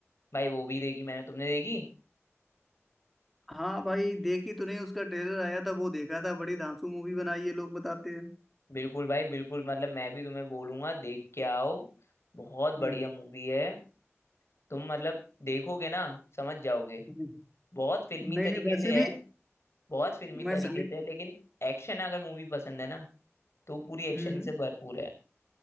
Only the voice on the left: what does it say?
भाई वो भी देखी मैंने तुमने देखी
बिल्कुल भाई बिल्कुल मतलब मैं भी तुम्हें बोलूंगा देख के आओ बहुत
बढ़िया मूवी है तुम मतलब देखोगे ना समझ जाओगे
बहुत फिल्मी
तरीके
से
है बहुत फिल्मी
तरीके
से है लेकिन एक्शन अगर मूवी पसंद है ना तो पूरी एक्शन
से भरपूर है